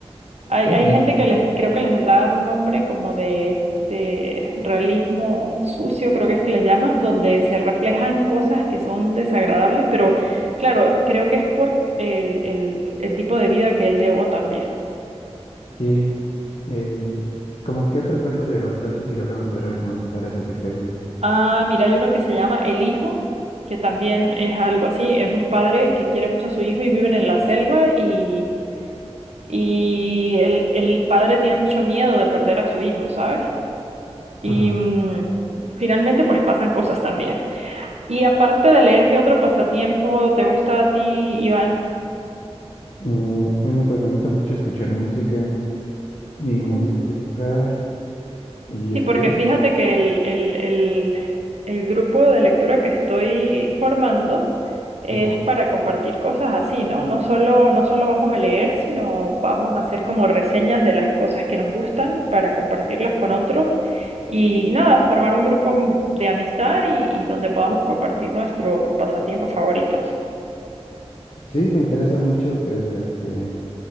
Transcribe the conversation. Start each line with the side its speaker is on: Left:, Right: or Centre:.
Right: Hay,
Left: Eh,
Right: hay gente que les, creo que les da un nombre como de, de realismo sucio, creo que es que les llaman, donde se reflejan cosas que son desagradables, pero claro, creo que es por el, el, el tipo de vida que él llevó también.
Left: sí, eh, ¿cómo qué otro cuento de Horacio Quiroga me podría recomendar así que esté bueno?
Right: Ah, mira, hay uno que se llama El Hijo, que también es algo así, es un padre que quiere mucho a su hijo y viven en la selva y, y el, el padre tiene mucho miedo de perder a su hijo, ¿sabes? Y
Left: Ajá.
Right: mm, finalmente pues pasan cosas también. Y aparte de leer, ¿qué otro pasatiempo te gusta a ti, Iván?
Left: Mm, Bueno, pues me gusta mucho escuchar música y
Right: Mm.
Left: me gusta dibujar y
Right: Sí,
Left: escribir.
Right: porque fíjate que el, el, el, el grupo de lectura que estoy formando es
Left: Sí,
Right: para compartir cosas así, ¿no? No solo, no solo vamos a leer, sino vamos a hacer como reseñas de las cosas que nos gustan para compartirlas con otros y nada, formar un grupo m- de amistad y, y donde podamos compartir nuestros pasatiempos favoritos.
Left: Sí, me interesa mucho, pues, este,